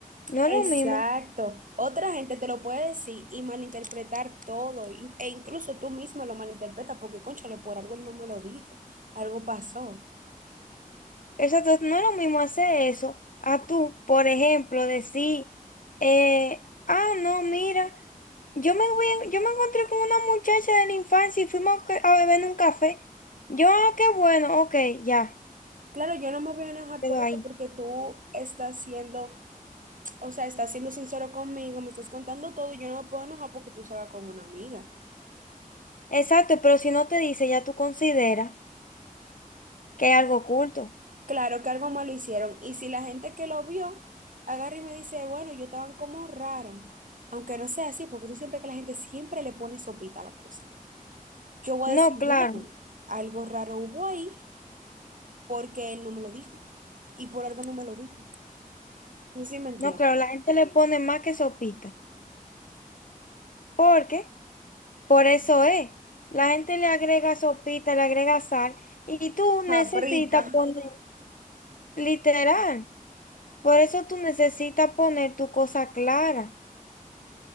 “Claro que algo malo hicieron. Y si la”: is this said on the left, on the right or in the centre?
Right